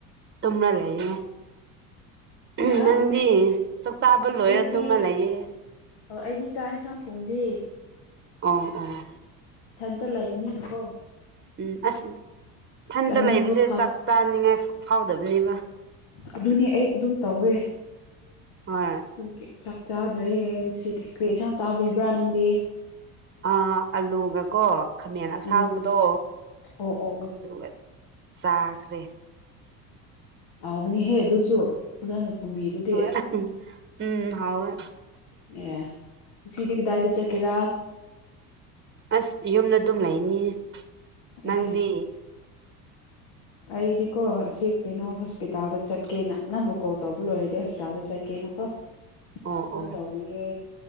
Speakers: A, on the right; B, on the left.
A: ꯇꯨꯝꯅ ꯂꯩꯌꯦꯦ ꯎꯝ
B: ꯍꯥ
A: ꯅꯪꯗꯤ ꯆꯥꯛꯆꯥꯥꯕ ꯂꯣꯏꯔ
B: ꯑꯩꯗꯤ
A: ꯇꯨꯝꯃ ꯂꯩꯌꯦꯦ
B: ꯑꯣ ꯑꯩꯗꯤ ꯆꯥꯛ ꯏꯟꯁꯥꯡ ꯊꯣꯡꯗꯦ
A: ꯑꯣ ꯑꯣ
B: ꯏꯊꯟꯇ ꯂꯩꯕꯅꯤꯅꯀꯣ
A: ꯎꯝ ꯑꯁ ꯏꯊꯟꯇ
B: ꯆꯥꯅꯤꯡꯕ
A: ꯂꯩꯕꯁꯦ
B: ꯐ
A: ꯆꯥꯛ ꯆꯥꯅꯤꯡꯉꯥꯏ ꯐꯥꯎꯗꯕꯅꯦꯕ
B: ꯑꯗꯨꯅꯤ ꯑꯩ ꯑꯗꯨꯝ ꯇꯧꯋꯦ
A: ꯍꯣꯏ
B: ꯑꯗꯨꯒꯤ ꯆꯥꯛ ꯆꯥꯗ꯭ꯔꯦꯌꯦꯡ ꯁꯤꯗꯤ ꯀꯩ ꯌꯦꯟꯁꯥꯡ ꯆꯥꯕꯤꯕ꯭ꯔꯥ ꯅꯪꯗꯤ
A: ꯑ ꯑꯜꯂꯨꯒꯀꯣ ꯈꯥꯃꯦꯟ ꯑꯁꯥꯡꯕꯗꯣ
B: ꯎꯝ ꯑꯣ ꯑꯣ ꯑꯣ
A: ꯑꯗꯨꯒ ꯆꯥꯈ꯭ꯔꯦ
B: ꯍꯥꯎꯕꯅꯤꯍꯦ ꯑꯗꯨꯁꯨ ꯑꯣꯖꯥꯅ ꯊꯣꯡꯕꯤꯔꯗꯤ
A: ꯎꯝ ꯎꯝ ꯍꯥꯎ
B: ꯑꯦ ꯁꯤꯗꯤꯤꯒꯤꯗꯥꯏꯗ ꯆꯀꯦꯔꯥ
A: ꯑꯁ ꯌꯨꯝꯗ ꯑꯗꯨꯝ ꯂꯩꯅꯤ ꯅꯪꯗꯤ
B: ꯑꯦ ꯑꯩꯗꯤꯀꯣ ꯁꯤ ꯀꯩꯅꯣ ꯍꯣꯁꯄꯤꯇꯥꯜꯗ ꯆꯠꯀꯦꯅ ꯅꯪꯕꯨ ꯀꯣꯜ ꯇꯧꯕ ꯂꯣꯏꯔꯗꯤ ꯍꯣꯁꯄꯤꯇꯥꯜꯗ ꯆꯠꯀꯦꯅ ꯀꯣ
A: ꯑꯣ
B: ꯑꯗꯨꯝ
A: ꯑꯣ
B: ꯇꯧꯔꯤꯌꯦ